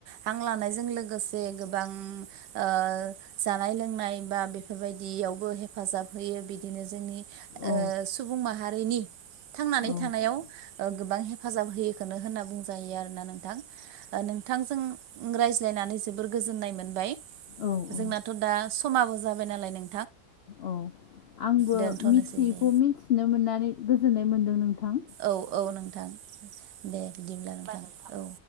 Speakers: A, on the right (about 75°); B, on the left (about 80°).
A: हां लानायजों लोगोसे गोबां ओ जानाय लोंनाय बा बेफोरबायदियावबो हेफाजाब होयो बिदिनो जोंनि
B: औ
A: ओ सुबुं माहारिनि थांनानै
B: औ
A: थानायाव ओ गोबां हेफाजाब होयोखौनो होनना बुंजायो आरोना नोंथां। ओ नोंथांजों रायज्लायनानै जोबोर गोजोननाय मोनबाय।
B: औ
A: जोंनाथ'
B: औ
A: दा समाबो जाबाय नालाय नों
B: औ आंबो
A: दोनथ'नोसै
B: मिथि थिखौ
A: दे
B: मिथिनो मोननानै गोजोननाय मोन्दों नोंथां।
A: औ औ नोंथां दे बिदिब्ला नोंथां औ।